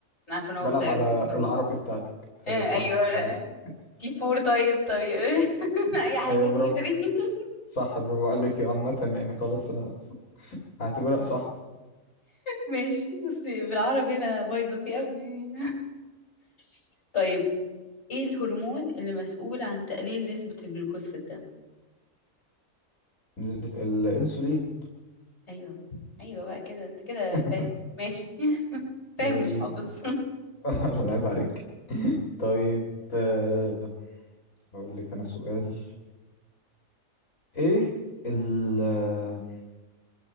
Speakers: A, on the left; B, on the left.
A: انا عارفة ان هو
B: بلعب
A: الثيرويد
B: على
A: هرمون
B: العربي بتاعتك
A: آه
B: ايوه صح
A: ايوه
B: برافو عليك
A: <laughs> تي فور طيب طيب <laughs> اي حاجة
B: ايوه
A: تي
B: برافو
A: ثري <laughs>
B: صح برافو عليك يا عامة يعني خلاص انا هعتبرها صح
A: ماشي بس بالعربي انا بايظة فيه قوي <laughs> طيب ايه الهرمون اللي مسؤول عن تقليل نسبة الجلوكوز في الدم
B: نسبة الأنسولين
A: ايوه ايوه بقى كده انت كده
B: <laughs>
A: فاهم ماشي <laughs>
B: طيب
A: فاهم مش حافظ
B: <laughs> الله يعيب عليك <laughs> طيب آه، اقول لك انا سؤال ايه ال آه،